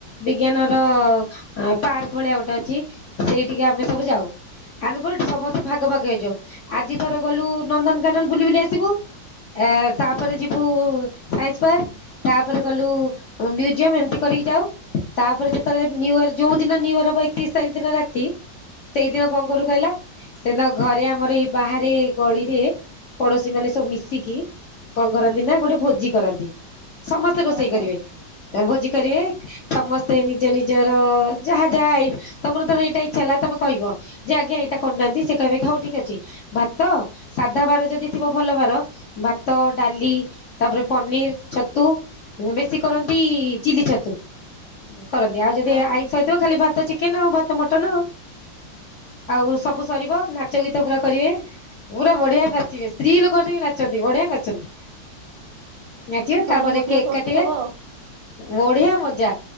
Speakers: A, on the left (about 70°); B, on the right (about 80°).
A: ବିଜ୍ଞାନ ର ଆ ପାର୍କେ ଭଳିଆ ଗୋଟେ ଅଛି ସେଇଠିକି ଆମେ ସବୁ ଯାଉ। ଆମେ କହିଲୁ ସମସ୍ତେ ଭାଗ ଭାଗ ହେଇଯାଉ ଆଜି ଥର ଗଲୁ ନନ୍ଦନ୍ କାନନ୍ ବୁଲି ବୁଲି ଆସିବୁ। ଏଆଉ ତା ପରେ ଯିବୁ ସାଇସ୍ ପାର୍କ୍। ତାପରେ ଗଲୁ ମ୍ୟୁଜିୟମ୍ ଏମ୍ତି କରିକି ଯାଉ ତାପରେ ଯେତେବେଳେ ନିୟର୍ ଯୋଉ ଦିନ ନିଉ ୟର୍ ବାଇକ୍ ଟି ସେଇ ଦିନ ରାତି ସେଇଦିନ କଣ କରୁ କହିଲ? ସେ ଦିନ ଘରେ ଆମର ଏଇ ବାହାରେ ଗଳିରେ ପଡଶୀ ମାନେ ସବୁ ମିଶିକି ଙ୍କ କରନ୍ତି ନା ଗୋଟେ ଭୋଜି କରତି। ସମସ୍ତେ ରୋଷେଇ
B: ଓହୋ
A: କରିବେ ଏ ଭୋଜି କରିବେ ସମସ୍ତେ ନିଜ ନିଜର ଯାହା ଯାହା ଏଇ ତମର୍ ତ ଏଇଟା ଇଚ୍ଛା ହେଲା ତମେ କହିବ ଯେ ଆଜ୍ଞା ଏଇଟା କର୍ନାହାନ୍ତି ସେ କହିବେ କି ହଉ ଠିକ୍ ଅଛି। ଭାତ ସାଧା ବାର ଯଦି ଥିବ ଭଲ ବାର ଭାତ, ଡାଲି ତାପରେ ପନିର୍ ଛତୁ ବେଶୀ କରନ୍ତି ଚିଲି ଛତୁ କରନ୍ତି ଆଉ ଯଦି
B: ଓହୋ
A: ଆଇ ହେଇଥିବ ଖାଲି ଭାତ, ଚିକେନ୍ ଆଉ ଭାତ, ମଟନ ଆଉ ଆଉ ସବୁ ସରିବ ନା ଚ ଗୀତ ପୁରା କରିବେ ପୁରା ବଢିଆ ନାଚିବେ ସ୍ତ୍ରୀ ଲୋକମାନେ ବି ନାଚନ୍ତି ବଢିଆ ନାଚନ୍ତି। ନାଚିବେ
B: ଭଲ
A: ତାପରେ
B: ମଜା
A: କେକ୍
B: କରୁଥିବ
A: କାଟିବେ।
B: ଆଉ।
A: ବଢିଆ ମଜା